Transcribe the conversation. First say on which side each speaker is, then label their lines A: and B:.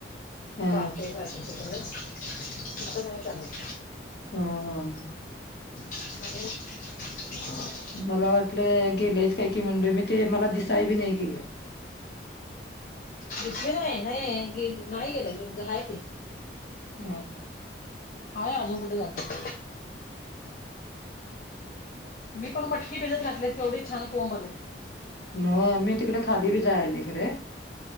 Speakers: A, on the left; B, on the left.
A: हा
B: चालतय बाकी सगळ तसं नाय चालत.
A: हा हा ह
B: <unintelligible>
A: मला वाटलं गेलंईच काय की म्हणले मी ते मला दिसाय बी नाय गेल.
B: दिसली नाय नाही गेली नाही गेलय नाय ती
A: ह
B: हाय अजून कुठ जाते.
A: <unintelligible>
B: मी पण मटकी भिजत घातलेत केवढे छान कोंब आलेत.
A: नोय मी तिकड खाली बी जाय न इकड